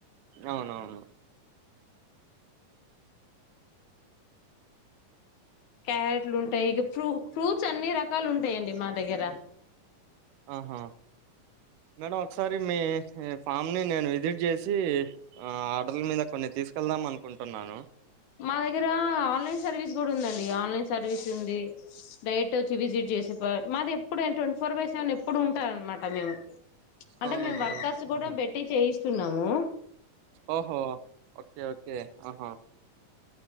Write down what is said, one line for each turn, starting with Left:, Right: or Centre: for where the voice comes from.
Right: అవునవును
Left: క్యారెట్లు ఉంటాయి ఇక ఫ్రూ ఫ్రూట్స్ అన్ని రకాలు ఉంటాయిండి మా దగ్గర
Right: ఆహా మేడం ఒకసారి మీ ఫామ్ని నేను విజిట్ చేసి ఆర్డర్ల మీద కొన్ని తీసుకెళ్దాం అనుకుంటున్నాను
Left: మా దగ్గర ఆన్లైన్ సర్వీస్ కూడా ఉందండి ఆన్లైన్ సర్వీస్ ఉంది డరెక్ట్ వచ్చి విసిట్ చేసిరు మాది ఎప్పుడు ట్వంటీ ఫోర్ బై సెవెన్ ఎప్పుడు ఉంటారు అనమాట మేము అంటే
Right: అవునా
Left: మేము
Right: మేడం
Left: వర్కర్స్
Right: ఆహా
Left: కూడా పెట్టి చేయిస్ స్తున్నాము
Right: ఓహో ఓకే ఓకే ఆహా